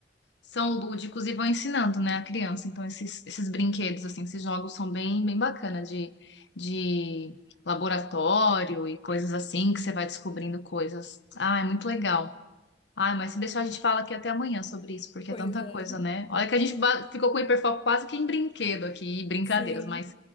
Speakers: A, on the left; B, on the left.
A: são lúdicos e vão ensinando, né, a criança. Então, esses, esses brinquedos, assim, esses jogos são bem, bem bacana de, de laboratório e coisas assim, que você vai descobrindo coisas. Ah, é muito legal. Ah, mas se deixar, a gente fala aqui até amanhã sobre isso, porque
B: Pois
A: é tanta
B: é.
A: coisa,
B: <laughs>
A: né? Olha que a gente ba- ficou com hiperfoco quase que em brinquedo aqui, e brincadeiras,
B: Sim,
A: mas